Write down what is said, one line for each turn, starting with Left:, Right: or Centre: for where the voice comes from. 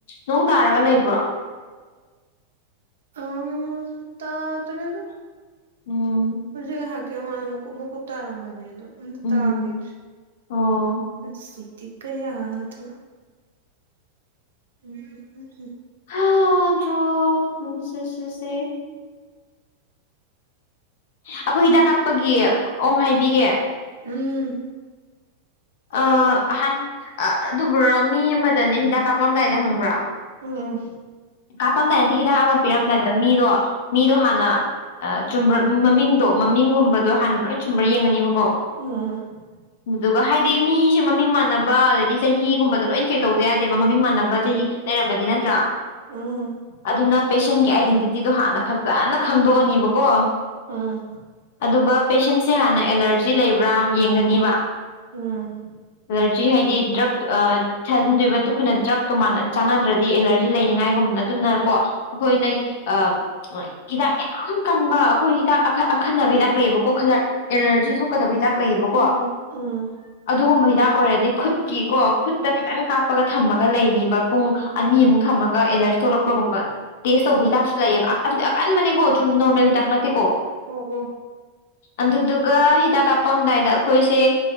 Left: ꯅꯣꯡ ꯇꯥꯔꯒ ꯂꯩꯕ꯭ꯔꯣ
Right: ꯎꯝ ꯇꯥꯗ꯭ꯔꯦꯗ
Left: ꯎꯝ
Right: ꯍꯧꯖꯤꯛ ꯉꯩꯍꯥꯀꯤ ꯃꯥꯃꯡꯗ ꯃꯀꯨꯞ ꯃꯀꯨꯞ ꯇꯥꯔꯝꯕꯅꯦ ꯑꯗꯨ ꯑꯝꯇꯥ
Left: ꯎꯝ
Right: ꯇꯥꯒꯤꯗ꯭ꯔꯦ
Left: ꯑꯣ
Right: ꯉꯁꯤꯗꯤ ꯀꯌꯥꯗ ꯎꯝ ꯎꯝ ꯎꯝ
Left: ꯍꯗ꯭ꯔꯣ ꯅꯣꯡꯁꯨ ꯆꯨꯁꯦ ꯑꯩꯈꯣꯏ ꯍꯤꯗꯥꯛ ꯀꯥꯄꯒꯤ ꯃꯑꯣ ꯍꯥꯏꯕꯤꯒꯦ
Right: ꯎꯝ ꯍꯥꯏꯔꯛꯑꯣ
Left: ꯑꯥ ꯑꯍꯥꯟ ꯑꯗꯨꯕꯨꯔꯣ ꯃꯤ ꯑꯃꯗꯅꯦ ꯍꯤꯗꯥꯛ ꯀꯥꯞꯄꯝꯗꯥꯏꯗ ꯈꯪꯕ꯭ꯔꯥ
Right: ꯎꯝ
Left: ꯀꯥꯞꯄꯝꯗꯥꯏ ꯅꯠꯇꯦ ꯍꯤꯗꯥꯛ ꯑꯃ ꯄꯤꯔꯝꯗꯥꯏꯗ ꯃꯤꯗꯣ ꯃꯤꯗꯣ ꯍꯥꯟꯅ ꯆꯨꯝꯕ꯭ꯔ ꯃꯃꯤꯡꯗꯣ ꯃꯃꯤꯡꯒꯨꯝꯕꯗꯣ ꯍꯥꯟꯅ ꯂꯣꯏꯅ ꯆꯨꯝꯕ꯭ꯔꯥ ꯌꯦꯡꯉꯅꯤꯕꯀꯣ
Right: <unintelligible>
Left: ꯑꯗꯨꯒ ꯍꯥꯏꯗꯤ ꯃꯤꯁꯦ ꯃꯃꯤꯡ ꯃꯥꯟꯅꯕ ꯑꯗꯩꯗꯤ ꯆꯍꯤꯒꯨꯝꯕꯗ ꯂꯣꯏ ꯆꯦꯛ ꯇꯧꯗ ꯌꯥꯗꯦꯕ ꯃꯃꯤꯡ ꯃꯥꯟꯅꯕ
Right: ꯍꯣꯏꯅꯦ
Left: ꯆꯍꯤ ꯂꯩꯔꯝꯃꯗꯤ ꯅꯠꯇ꯭ꯔꯥ
Right: ꯎꯝ
Left: ꯑꯗꯨꯅ ꯄꯦꯁꯦꯟꯒꯤ ꯑꯥꯏꯗꯦꯟꯇꯤꯇꯤꯗꯣ ꯍꯥꯟꯅ ꯐꯖꯅ ꯈꯪꯗꯣꯛꯑꯅꯤꯕꯀꯣ
Right: ꯎꯝ
Left: ꯑꯗꯨꯒ ꯄꯦꯁꯦꯟꯁꯦ ꯍꯥꯟꯅ ꯑꯦꯂꯔꯖꯤ ꯂꯩꯕ꯭ꯔꯥ ꯌꯦꯡꯒꯅꯤꯕ
Right: ꯎꯝ
Left: ꯑꯦꯂꯔꯖꯤ ꯍꯥꯏꯗꯤ ꯗ꯭ꯔꯛ ꯑꯥ ꯊꯥꯖꯤꯟꯗꯣꯏꯕ ꯑꯩꯈꯣꯏꯅ ꯗ꯭ꯔꯛꯇꯣ ꯆꯥꯟꯅꯗ꯭ꯔꯗꯤ ꯑꯦꯂꯔꯖꯤ ꯂꯩꯅꯤꯉꯥꯏꯒꯨꯝꯕꯅ ꯑꯗꯨꯅ ꯀꯣ ꯑꯩꯈꯣꯏꯅ ꯑꯥ ꯍꯤꯗꯥꯛ ꯌꯥꯝ ꯀꯟꯕ ꯑꯩꯈꯣꯏ ꯍꯤꯗꯥꯛ ꯑꯈꯟꯅꯕ ꯍꯤꯗꯥꯛ ꯂꯩꯌꯦꯕꯀꯣ ꯈꯔꯠ ꯑꯦꯂꯔꯖꯤ ꯊꯣꯛꯀꯗꯕ ꯍꯤꯗꯥꯛ ꯂꯩꯌꯦꯕꯀꯣ
Right: ꯎꯝ ꯎꯝ
Left: ꯑꯗꯨꯒꯨꯝꯕ ꯍꯤꯗꯥꯛ ꯑꯣꯏꯔꯗꯤ ꯈꯨꯠꯀꯤ ꯀꯣ ꯈꯨꯠ ꯇ ꯈꯤꯇꯪ ꯀꯥꯞꯄꯒ ꯊꯝꯃꯒ ꯂꯩꯅꯤꯕ ꯄꯨꯡ ꯑꯅꯤꯃꯨꯛ ꯊꯝꯃꯒ ꯑꯦꯂꯔꯖꯤ ꯊꯣꯛꯂꯛꯄꯒꯨꯝꯕ
Right: ꯑꯣ
Left: ꯇꯦꯁ ꯇꯧꯕ
Right: ꯑꯥ
Left: ꯍꯤꯗꯥꯛꯁꯨ ꯂꯩꯌꯦꯕ ꯑꯗꯨꯗꯤ ꯑꯀꯟꯕꯅꯦꯀꯣ ꯁꯨꯝ ꯅꯣꯔꯃꯦꯜ ꯍꯤꯗꯥꯛ ꯅꯠꯇꯦꯀꯣ
Right: ꯑꯣ ꯑꯣ
Left: ꯑꯗꯨꯗꯨꯒ ꯍꯤꯗꯥꯛ ꯀꯥꯞꯄꯝꯗꯥꯏꯗ ꯑꯩꯈꯣꯏꯁꯦ